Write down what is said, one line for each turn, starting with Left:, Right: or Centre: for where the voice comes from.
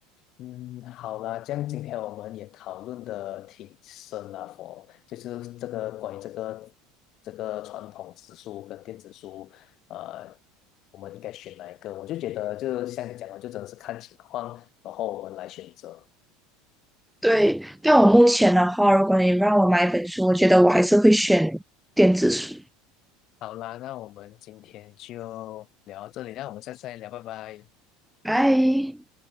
Left: 嗯，好啦，这样今天我们也讨论的挺深了，佛，就是这个关于这个这个传统纸书跟电子书，呃，我们应该选哪一个？我就觉得，就像你讲的，就真的是看情况，然后我们来选择。
Centre: 对，但我目前的话，如果你让我买一本书，我觉得我还是会选电子书。
Left: 好啦，那我们今天就聊到这里，那我们下次再聊，拜拜。
Centre: 拜。